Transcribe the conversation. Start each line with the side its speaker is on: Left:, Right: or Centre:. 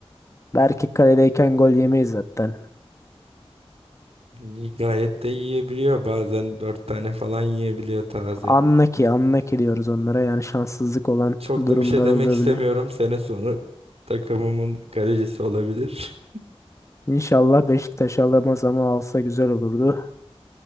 Left: Berke kaledeyken gol yemeyiz zaten.
Right: İyi, Gayet de yiyebiliyor. Bazen dört tane falan yiyebiliyor taze.
Left: Anlaki, anlaki diyoruz onlara. Yani şanssızlık olan
Right: Çok
Left: durumlar
Right: da bir şey demek
Left: olabiliyor.
Right: istemiyorum. Sene sonu takımımın kalecisi olabilir.
Left: İnşallah Beşiktaş alamaz ama alsa güzel olurdu.